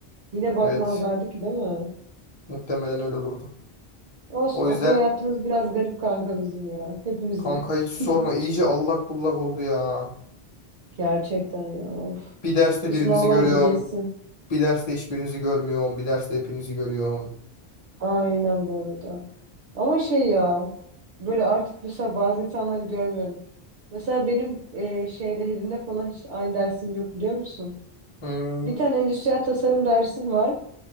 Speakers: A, on the right; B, on the left.
A: Yine bakmazlardı
B: Evet.
A: ki değil mi?
B: Muhtemelen öyle olurdu.
A: Olsun
B: O
A: okul
B: yüzden
A: hayatımız biraz garip kanka bizim ya. Hepimizin.
B: kanka hiç
A: <laughs>
B: sorma. iyice allak bullak oldu ya.
A: Gerçekten ya. Of.
B: Bir derste
A: Şu
B: birinizi
A: sınavlar
B: görüyorum.
A: bir geçsin.
B: Bir derste hiçbirinizi görmüyorum. Bir derste hepinizi görüyorum.
A: Aynen bu arada. Ama şey ya böyle artık mesela bazı insanları görmüyorum. Mesela benim e, şeyle Helin'le falan hiç aynı dersim yok biliyor musun?
B: Hmm,
A: Bir tane endüstriyel tasarım dersim var.